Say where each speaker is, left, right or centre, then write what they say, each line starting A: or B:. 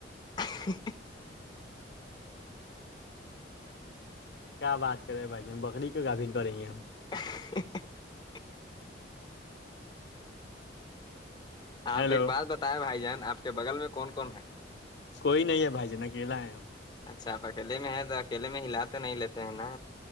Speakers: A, on the left (about 25°); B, on the left (about 70°).
A: <unintelligible>
B: کیا بات کرے بھائی جان بکری کی کا بھین کریں گے ہم
A: <unintelligible> آپ
B: ہیلو
A: ایک بات بتائے بھائی جان آپ کے بغل میں کون کون ہے
B: کوئی نہیں ہے بھائی ج ن اکیلا ہے ہم
A: اچھا آپ اکیلے میں ہے تو اکیے میں ہلا تو نہیں لیتے ہیں نا